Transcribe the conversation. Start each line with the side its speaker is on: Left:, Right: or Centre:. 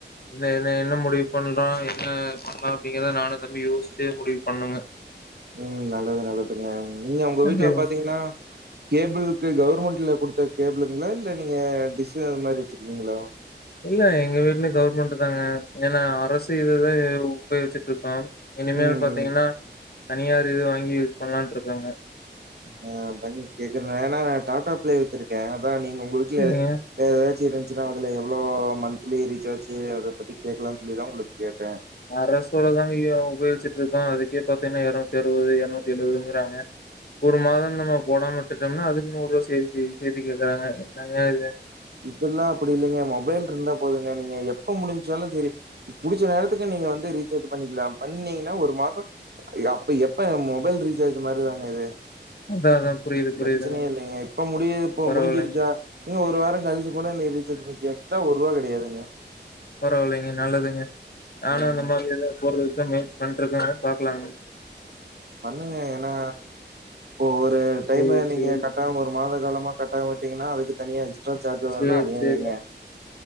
Left: என்ன என்ன என்ன முடிவு பண்றோ என்ன பண்ணலா அப்டிங்கறத நானு தம்பி யோசிச்சு முடிவு பண்ணுங்க
Right: ம் நல்லது நல்லதுங்க நீங்க உங்க
Left: கண்டி
Right: வீட்ல பாத்தீங்கன்னா கேபிளுக்கு கவர்மெண்ட்ல குடுத்த கேபிளுங்களா இல்ல நீங்க டிசு அந்த மாரி வச்சிருக்கீங்களா
Left: இல்ல எங்க வீட்லயு கவுவர்மெண்ட் தாங்க ஏன்னா அரசு இதுதா உபயோகிச்சிட்டு இருக்கோ இனிமேல்
Right: ம்.
Left: பாத்தீங்கன்னா தனியார் இது வாங்கி யூஸ் பண்ணலாண்டு இருக்கங்க
Right: ஆ பன்னி கேக்குறே ஏன்னா நான் டாடா ப்ளே வச்சிருக்கே அதா நீங்க உங்க வீட்ல
Left: சரிங்க.
Right: ஏதாச்சு இருந்துச்சுன்னா அதுல எவ்வளோ மந்த்லி ரீசார்ஜு அத பத்தி கேட்கலாம்னு சொல்லிதான் உங்களுக்கு கேட்டே
Left: அரசோடதா உபயோச்சிட்டு இருக்கே அதுக்கே பாத்தீங்கன்னா எரநூத்தி அறுபது எரநூத்தி எழுபதுங்கறாங்க ஒரு மாதம் நம்ம போடாம விட்டுட்டோம்னா அதுக்கு நூறுவ சேத்து சேத்து கேக்குறாங்க என்னங்க இது
Right: இப்பல்லா அப்டி இல்லைங்க மொபைல் இருந்தா போதுங்க நீங்க எப்ப முடிஞ்சாலு சரி புடிச்ச நேரத்துக்கு நீங்க வந்து ரீசார்ஜ் பண்ணிக்கலா பண்ணீங்கன்னா ஒரு மாசம் அப்ப எப்ப மொபைல் ரீசார்ஜ் மாரி தாங்க இது
Left: அதான் அதான் புரியுது
Right: பிரச்சனையே
Left: புரியுதுங்க.
Right: இல்லைங்க இப்ப முடிய இப்ப
Left: பரவாயில்லைங்க.
Right: முடிஞ்சிருச்சா நீங்க ஒரு வாரம் கழிச்சு கூட <unintelligible> <unintelligible> நீ பண்ணிக்க எக்ஸ்ட்ரா ஒருபா கெடையாதுங்க
Left: பரவாயில்லைங்க நல்லதுங்க நானு
Right: ம்
Left: அந்த மாரியே தா போறதுக்குதா முயற்சி பண்ணிட்டு இருக்கங்க பாக்கலாங்க
Right: பண்ணுங்க ஏன்னா ஒரு டைம்
Left: சரி,
Right: நீங்க
Left: சரிங்க.
Right: காட்டாம ஒரு மாத காலமா கட்டாம விட்டீங்கன்னா அதுக்கு தனியா சார்ஜ் வரும்ல
Left: சேரி
Right: அநியாயங்க
Left: சேரிங்க